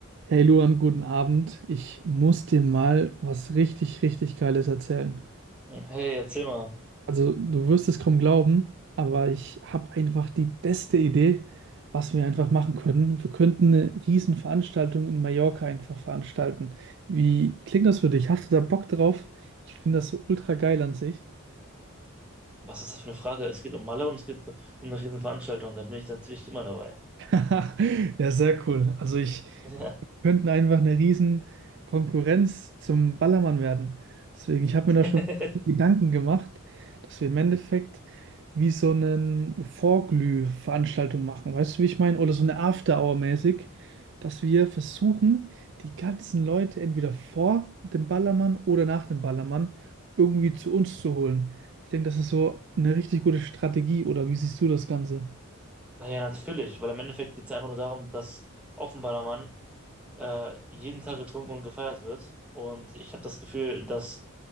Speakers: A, on the right; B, in the centre.
A: Hey Luan, guten Abend. Ich muss dir mal was richtig, richtig Geiles erzählen.
B: Hey, erzähl mal,
A: Also, du wirst es kaum glauben, aber ich habe einfach die beste Idee, was wir einfach machen können. Wir könnten eine Riesenveranstaltung in Mallorca einfach veranstalten. Wie klingt das für dich? Hast du da Bock drauf? Ich finde das so ultra geil an sich.
B: was ist das für eine Frage? Es geht um Malle und es geht um eine Riesenveranstaltung. Da bin ich natürlich immer dabei.
A: <laughs> Ja, sehr cool. Also ich
B: <laughs> Ja.
A: wir könnten einfach eine riesen Konkurrenz zum Ballermann werden. Deswegen, ich habe mir
B: <laughs>
A: da schon Gedanken gemacht, dass wir im Endeffekt wie so eine Vorglüh-Veranstaltung machen. Weißt du, wie ich meine? Oder so eine After-Hour-mäßig, dass wir versuchen, die ganzen Leute entweder vor dem Ballermann oder nach dem Ballermann irgendwie zu uns zu holen. Ich denke, das ist so eine richtig gute Strategie. Oder wie siehst du das Ganze?
B: Naja, natürlich, weil im Endeffekt geht es einfach nur darum, dass auf dem Ballermann äh, jeden Tag getrunken und gefeiert wird. Und ich habe das Gefühl, dass